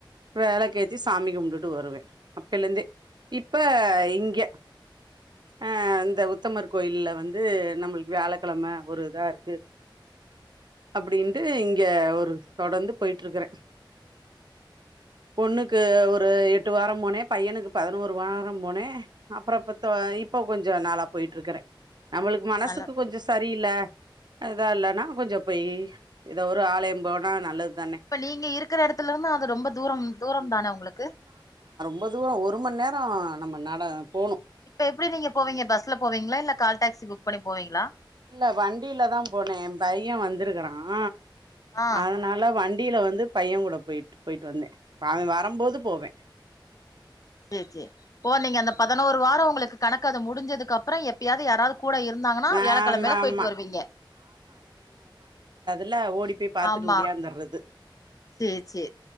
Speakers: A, on the right; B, on the left.
A: வெலக்கேத்தி சாமி கும்ட்டுட்டு வருவே அப்பேலந்தே இப்ப இங்க அ இந்த உத்தமர் கோ கோயில்ல வந்து நம்மளுக்கு வியாழக்கெழம ஒரு இதா இருக்கு அப்டின்ட்டு இங்க ஒரு தொடர்ந்து போயிட்டு இருக்கறேன் பொண்ணுக்கு ஒரு எட்டு வாரம் போனே பையனுக்கு பதினோரு வாரம் போனே அப்புறம் இப்பத்தோ
B: ம்
A: இப்போ கொஞ்சம் நாளா போயிட்டு இருக்கறேன் நம்மளுக்கு மனசுக்கு
B: நல்ல
A: கொஞ்சம் சரியில்ல அதுதான் இல்லன்னா கொஞ்சம் போயி இதோ ஒரு ஆலயம் போனா நல்லது தானே
B: இப்ப நீங்க இருக்கிற எடத்துல இருந்து அது ரொம்ப தூரம் தூரம் தான உங்களுக்கு
A: பொதுவா ஒரு மணி நேரம் நம்ம நட போணு
B: இப்ப எப்டி நீங்க போவீங்க பஸ்ல போவீங்ளா இல்ல கால் டாக்ஸி புக் பண்ணி போவீங்களா
A: இல்ல வண்டியில தான் போனேன் என் பையன் வந்திருக்கறான்
B: ஆ
A: அதனால வண் டில வந்து பையன் கூட போயிட்டு போயிட்டு வந்தேன் அவன் வரும்போது போவேன்
B: சேரி சேரி போ நீங்க அந்த பதினோரு வாரம் உங்களுக்கு கணக்கு அது முடிஞ்சதுக்கப்புறம் எப்பயாவது யாராவது கூட இருந்தாங்கனா
A: ஆமா
B: வியாழக்கிழமேல போய்ட்டு
A: ஆமா
B: வருவீங்க
A: இல்ல ஓடி பேய் பாத்துட்டு
B: ஆமா
A: ஒடியாந்தர்றது
B: சேரி சேரி